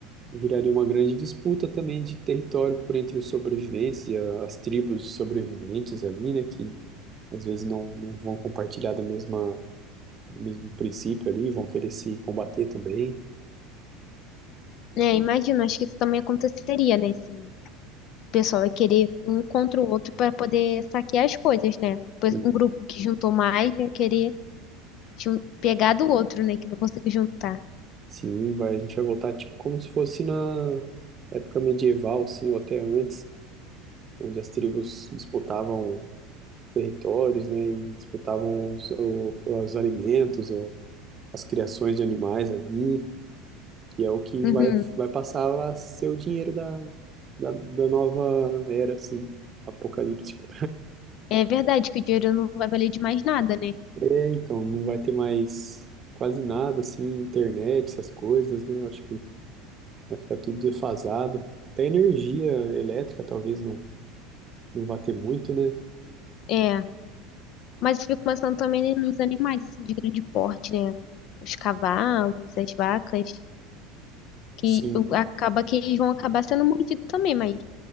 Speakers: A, on the right; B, on the left.
A: Viraria uma grande disputa também de território por entre os sobreviventes e a- as tribos de sobreviventes ali, né, que às vezes não, não vão compartilhar da mesma, do mesmo princípio ali, vão querer se combater também.
B: né imagino, acho que isso também aconteceria, né, se pessoal vai querer um contra o outro para poder saquear as coisas, né? Pois
A: E,
B: um grupo que juntou mais vai querer jun- pegar do outro, né? Que não conseguiu juntar.
A: sim, vai, a gente vai voltar tipo como se fosse na época medieval, assim, ou até antes, onde as tribos disputavam territórios, né, e disputavam os, o- os alimentos, ou as criações de animais ali. que é o que
B: Uhum.
A: vai, vai passar a ser o dinheiro da, da, da nova era, assim, apocalíptica.
B: É verdade que o dinheiro não vai valer de mais nada, né?
A: É, então, não vai ter mais quase nada, assim, internet, essas coisas, né? Eu acho que vai ficar tudo defasado. Até energia elétrica talvez não, não vá ter muito, né?
B: É. Mas eu fico pensando também nos animais, assim, de grande porte, né? Os cavalos, as vacas, que
A: Sim,
B: o- acaba que eles vão acabar sendo mordidos também, mas